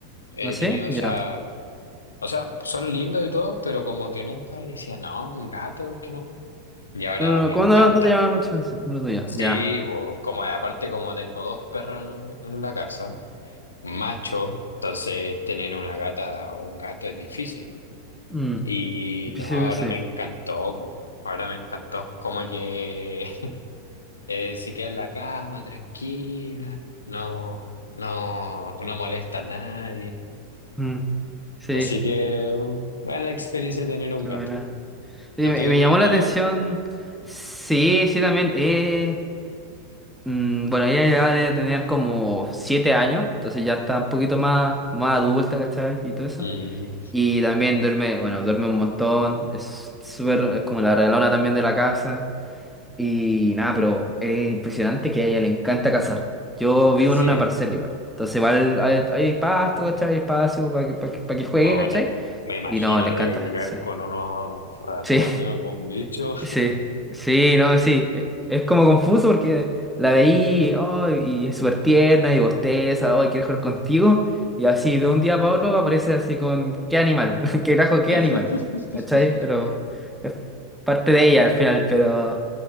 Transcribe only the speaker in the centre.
¿No sé?
Ya.
No, no,
¿cómo no, no te llama mucho la atención? No lo tuyo.
Ya.
Mm.
Empiezo
yo, sí.
Mm. Sí,
qué
buena. Oye,
me,
me
llamó la atención. Sí, sí, también. Eh. Mm, bueno, ella ya debe tener como 7 años, entonces ya está un poquito más, más adulta, ¿cachai? Y todo eso.
Y también duerme, bueno, duerme un montón, es súper es como la regalona también de la casa. Y nada, pero es impresionante que a ella le encanta cazar. Yo vivo
en una parcela igual, entonces igual hay, hay pasto, ¿cachai? Hay espacio para que, para que, pa' que juegue,
¿cachai?
Y no, le
encanta,
sí.
Sí,
Sí, sí, no, sí. Es, es como confuso porque la veí, oh, y es súper tierna y bosteza, oh, y quiere jugar contigo. Y así de un día para otro aparece así con qué animal, <laughs> qué grajo, qué
animal. ¿Cachai? Pero es parte de ella al final, pero